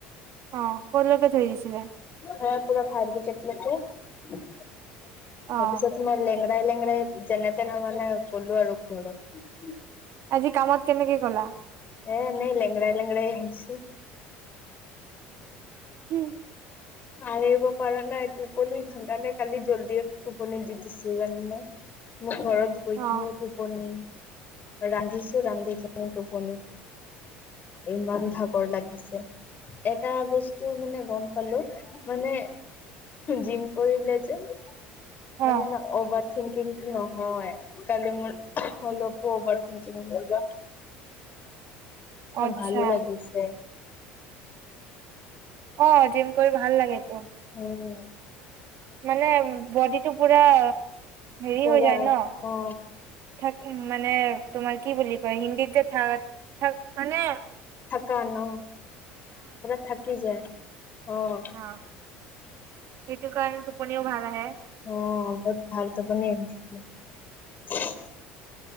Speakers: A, on the right; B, on the left.
A: অ', কলৈকে থৈ আহিছিলেঃ
B: এ', পুৰা ফায়াৰ ব্ৰিকেত লৈকে। তাৰপিছত
A: অ'।
B: মানে লেং, লেংৰাই-লেংৰাই যেনে- তেনে, মানে গলো আৰু ঘৰত।
A: আজি কামত কেনেকে গ'লা?
B: এ', এনেই লেংৰাই -লেংৰাই আহিছোঁ।
A: হম',
B: আহিব পাৰা নাই, টোপনি ভাংগা নাই, কালি জল্দি টোপনি দি দিছিলো জানানে। মোৰ ঘৰত গৈকিনি
A: অ',
B: টোপনি, ৰান্ধিছো, ৰান্ধি কিনি টোপনি ইমান ভাগৰ লাগিছে এটা বস্তু তোৰ মানে গম পালো, মানে জিম কৰিলে যে',
A: অ',
B: মানে ন', অব থিংকিংটো নহয় কালি মোৰ অলপ অভাৰ থিংকিং হৈ য অ
A: আচ্ছা
B: ভালো লাগিছে
A: অ জিম কৰি ভাল লাগেটো‌
B: উম‌
A: মানে বডিটো পুৰা‌ হেৰি
B: পুৰা
A: হৈ যায় ন
B: অ
A: থ‌া উ মানে তোমাৰ কি বুলি কয় হিন্দীত যে থাক থ মানে
B: থকা ন পৰা থাকি যায় অহ
A: অ', সেইটো কাৰণে টোপনিও ভাল আহে
B: অ বহুত ভালটো বন আহছো <unintelligible>